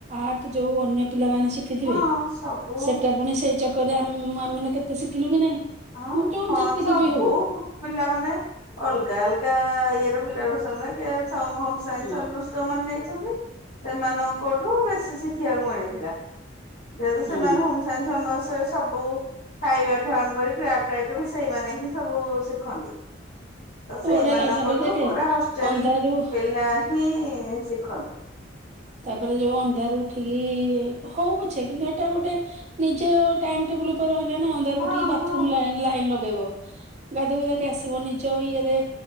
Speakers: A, on the right (about 35°); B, on the left (about 45°).
A: ଆର୍ଟ ଯୋଉ ଅନ୍ୟ ପିଲାମାନେ ଶି। କିଥିବେ
B: ହଁ ସବୁ
A: ସେଟା, ପୁଣି ସେଇ ଚକରେ ଆମେ ମୁଁ ଆମେ ମାନେ କେତେ ଶିଖିଲୁ କି ନାଇଁ।
B: ହଁ,
A: ଯୋଉ
B: ହଁ
A: ଯେତିକି
B: ଚବୁ।
A: ବି ହଉ
B: ପିଲାମାନେ ଅଲଗା ଅଲଗା ଇଏ ର ପିଲା ରହୁସନ୍ତି ନା କିଏ ହୋମ ସାଇନ୍ସି
A: ହଁ
B: ଅନର୍ଶ। ଯୋଉମାନେ ନେଇଛନ୍ତି, ସେମାନଙ୍କଠୁ ବେଶୀ ଶିଖିବାକୁ ମିଳିଥିଲା। ଯେହେତୁ ସେମାନେ
A: ହୁଁ
B: ହୋମସାଇନ୍ସି ଅନର୍ସ ସବୁ ଖାଇବା ଠୁ ଆରମ୍ଭ କରି କ୍ରାପଟ୍ ଆଇଟମ ସେଇମାନେ ହିଁ ସବୁ ଶିଖନ୍ତି। ତ ସେଇମାନଙ୍କଠୁ
A: ବଢିଆ ଲାଗେ ତାପରେ ଦେଖେ
B: ପୁରା ହଷ୍ଟେଲ
A: ଅନ୍ଧାରୁ
B: ପିଲା ହିଁ ଶିଖନ୍ତି।
A: ତାପରେ ଯୋଉ ଅନ୍ଧାର ଉଠିକି, ହଉ ପଛେ କିନ୍ତୁ ହେଟା ଗୋଟେ ନିଜ ଟାଇମ ଟେବୁଲ ଉପରେ ରହିଲେ ନା, ଅନ୍ଧାର
B: ହଁ
A: ଉଠିକି ବାଥରୁମ
B: ହଁ
A: ଲାଇନ ଲଗେଇବ। ଗାଧ ଗୁଧାକି ଆସିବ ନିଜ ଇଏରେ